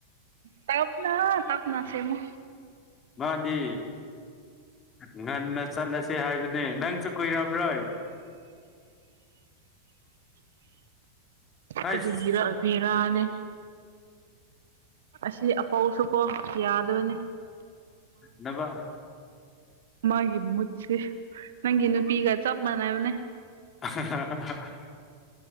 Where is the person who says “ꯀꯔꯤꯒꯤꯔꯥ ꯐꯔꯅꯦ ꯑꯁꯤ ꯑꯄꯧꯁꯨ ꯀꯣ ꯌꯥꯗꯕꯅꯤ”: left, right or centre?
Right